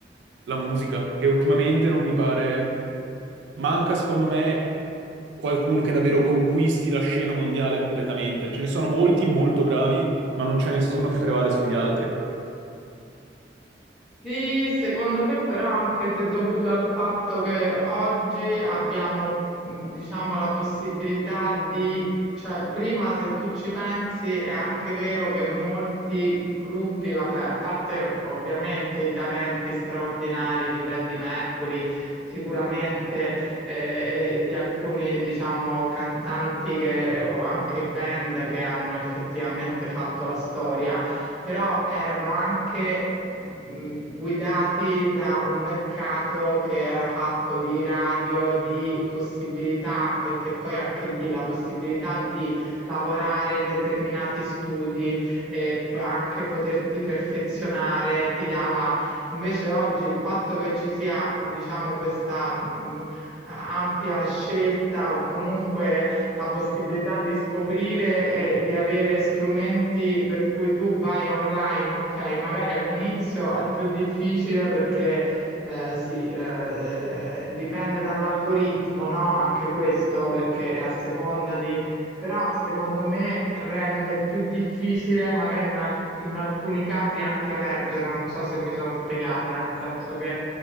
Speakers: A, on the right (about 80°); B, in the centre.
A: la musica, che ultimamente non mi pare... Manca, secondo me, qualcuno che davvero conquisti la scena mondiale completamente. Ce ne sono molti molto bravi, ma non c'è nessuno che prevale sugli altri.
B: Sì, secondo me però anche se dovuto al fatto che oggi abbiamo, mh, diciamo, la possibilità di, cioè prima se tu ci pensi è anche vero che molti gruppi, vabbè, a parte ovviamente i talenti straordinari di Freddie Mercury, sicuramente eh, e di alcuni, diciamo, cantanti che, o anche band che hanno effettivamente fatto la storia però erano anche mhmm, guidati da un mercato che era fatto di radio, di possibilità, perché poi anche lì la possibilità di lavorare in determinati studi, e anche poterti perfezionare, ti dava invece oggi il fatto che ci sia, diciamo, questa mh, ampia scelta o comunque la possibilità di scoprire e di avere strumenti per cui tu vai online, ok, magari all'inizio è più difficile perché eh, sì, eh, eh, dipende dall'algoritmo, no? Anche questo, perché a seconda di... Però secondo me rende più difficile magari in, alc- in alcuni casi anche emergere, non so se mi sono spiegata, nel senso che